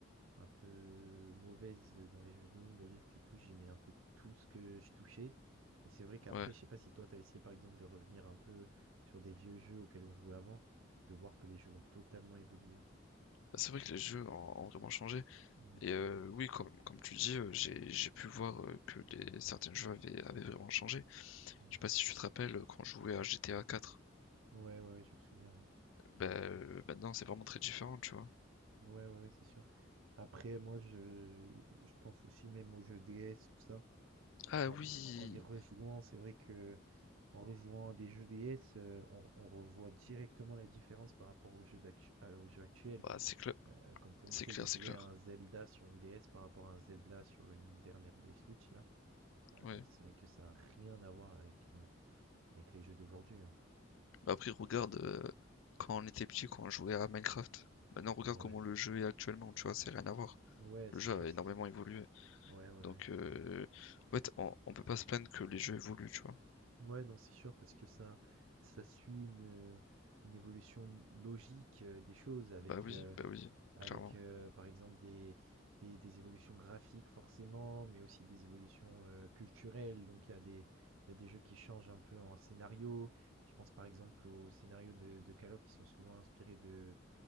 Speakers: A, on the right; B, on the left.
A: un peu mauvaise, euh, dans les jeux vidéo, on va dire. Du coup, j'aimais un peu tout ce que je touchais. Mais c'est vrai qu'après,
B: ouais.
A: je sais pas si toi, t'as essayé, par exemple, de revenir un peu sur des vieux jeux auxquels on jouait avant, de voir que les jeux ont totalement évolué.
B: Bah, c'est vrai que les jeux ont, ont vraiment changé.
A: Mouais.
B: Et euh, oui, comme, comme tu dis, euh, j'ai, j'ai pu voir euh, que les, certains jeux avaient, avaient vraiment changé.
A: Mmh.
B: Je sais pas si tu te rappelles, euh, quand je jouais à GTA 4,
A: Ouais, ouais, ouais, je me souviens, ouais.
B: bah, euh, maintenant c'est vraiment très différent, tu vois.
A: Ouais, ouais, ouais, c'est sûr. Après, moi, je je pense aussi même aux jeux DS, tout ça.
B: Ah
A: En
B: oui,
A: y, en y rejouant, c'est vrai que en rejouant à des jeux DS, euh, on, on revoit directement la différence par rapport aux jeux, d'actu- euh, aux jeux actuels.
B: bah, c'est clair,
A: Euh, quand on
B: c'est
A: essaie
B: clair,
A: de jouer
B: c'est clair.
A: à un Zelda sur une DS par rapport à un Zelda sur une dernière des Switch, là, euh,
B: Ouais.
A: c'est vrai que ça n'a rien à voir avec, euh, avec les jeux d'aujourd'hui. hein.
B: Bah après regarde euh, quand on était petit quand on jouait à Minecraft. Maintenant regarde
A: Ouais,
B: comment
A: ouais.
B: le jeu est actuellement, tu vois, c'est rien à voir.
A: Ouais,
B: Le
A: c'est
B: jeu
A: sûr.
B: a énormément
A: c'est-
B: évolué.
A: Ouais, ouais,
B: Donc
A: ouais.
B: euh, en fait on, on peut pas se plaindre que les jeux évoluent, tu vois.
A: Ouais, non, c'est sûr, parce que ça, ça suit une, euh, une évolution logique euh, des choses avec.
B: Bah oui,
A: euh,
B: bah oui,
A: Avec,
B: clairement.
A: heu, par exemple des des des évolutions graphiques forcément, mais aussi des évolutions, heu, culturelles. Donc il y a des il y a des jeux qui changent un peu en scénario. Je pense par exemple aux scénarios de de Call of qui sont souvent inspirés de